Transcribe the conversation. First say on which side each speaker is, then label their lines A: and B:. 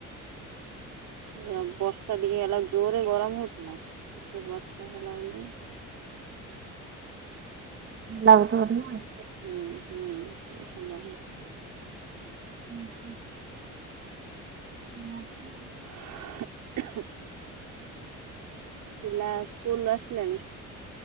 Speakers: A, on the right (about 70°); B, on the right (about 40°).
A: ଯ ବର୍ଷା ଟିକେ ହେଲା ଜୋରେ ଗରମ ହଉଥିଲା ଟିକେ ବର୍ଷା ହେଲା ବୋଲି
B: ଲାଇନ ତ କଟିଗଲା।
A: ହୁଁ ହୁଁ ଟିକେ ଥଣ୍ଡା ଧରି
B: ହୁଁ ହୁଁ। ନା ତ
A: <unintelligible> ପିଲା ସ୍କୁଲରୁ ଆସିଲେଣି?